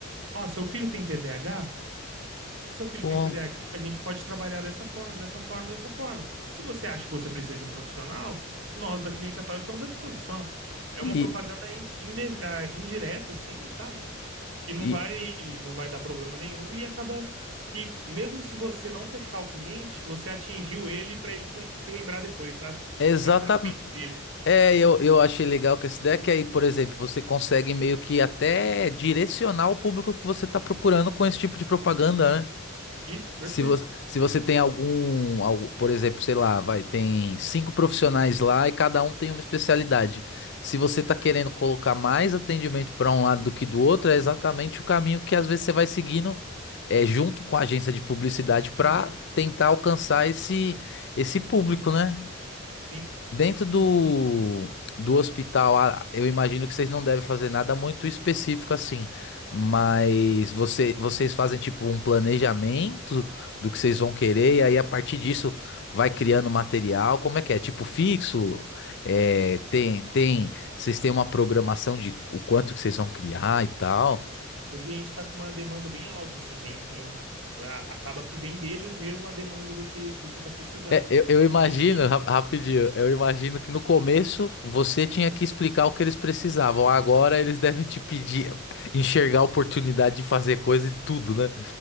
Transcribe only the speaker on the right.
ó, seu filho tem TDAH? Se seu filho
tem TDAH, a H, a gente pode trabalhar dessa forma, dessa forma, dessa forma. Se você acha que você precisa de um profissional, nós da clínica tal estamos à disposição. É
uma propaganda in- inde- ah, indireta, assim, sabe? Que não
vai, não vai dar problema nenhum e acaba que, mesmo se você não fechar o cliente, você atingiu ele para ele te- se lembrar depois, sabe?
Vai ficar na mente dele.
Isso, perfeito.
Uhum,
sim.
Hoje a gente está com uma demanda bem alta, assim, tem, tem, a- acaba que vem deles mesmo a demanda do que, do que está precisando.
E aí